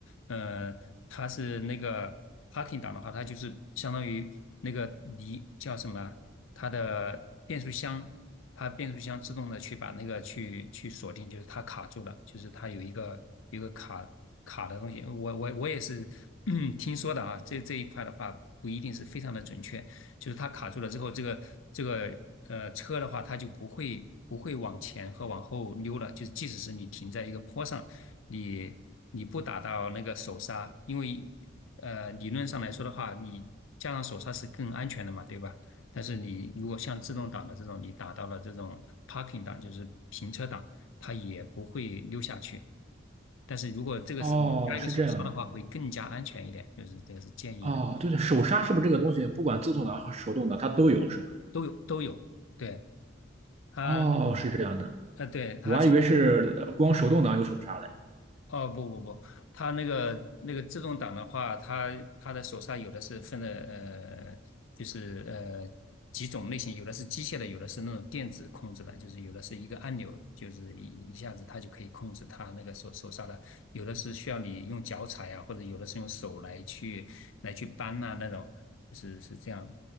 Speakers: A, on the left (about 80°); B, on the right (about 30°).
A: 呃，它是那个 parking 档的话，它就是相当于那个离叫什么，它的变速箱，它变速箱自动的去把那个去去锁定，就是它卡住了，就是它有一个有一个卡卡的东西。我我我也是 <clears throat> 听说的啊，这这一块的话不一定是非常的准确，就是它卡住了之后，这个这个呃车的话，它就不会不会往前和往后溜了。就是即使是你停在一个坡上，你你不打到那个手刹，因为呃理论上来说的话，你加上手刹是更安全的嘛，对吧？但是你如果像自动挡的这种，你打到了这种 parking 档，就是停车档，它也不会溜下去。但是如果这个时候你加一个手刹的话，
B: 哦，是这样的。
A: 会更加安全一点，就是这个是建议的，
B: 哦，对对，手刹是不是这个东西，不管自动挡和手动挡它都有是吧？
A: 都有都有。对。嗯，
B: 哦，是这样的，
A: 呃，对，它是，
B: 我还以为是呃光手动挡有手刹嘞。
A: 哦，不不不，它那个那个自动挡的话，它它的手刹有的是分的，呃，就是呃几种类型，有的是机械的，有的是那种电子控制的，就是有的是一个按钮，就是一一下子它就可以控制它那个手手刹的，有的是需要你用脚踩呀，或者有的是用手来去来去扳呐、那种，就是是这样。